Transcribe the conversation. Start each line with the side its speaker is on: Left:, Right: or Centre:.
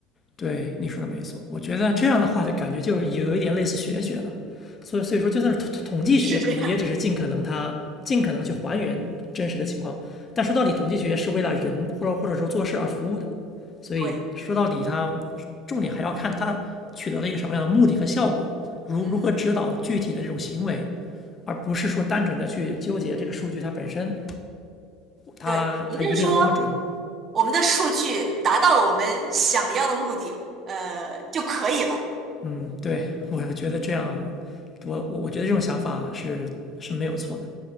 Left: 对，你说的没错。我觉得这样的话，的感觉就有一点类似玄学了。所以，所以说，就算是统统计学，
Right: 是这样。
Left: 可能也只是尽可能它尽可能去还原真实的情况。但说到底，统计学是为了人或者或者说做事而服务的。所以说到底，
Right: 对，
Left: 它重点还要看它取得了一个什么样的目的和效果，如如何指导具体的这种行为，
Right: 嗯哼。
Left: 而不是说单纯的去纠结这个数据它本身，它它一定要多么准，
Right: 对，也就是说，我们的数据达到了我们想要的目的，呃，就可以了。
Left: 嗯，对，我觉得这样，我我我觉得这种想法是是没有错的。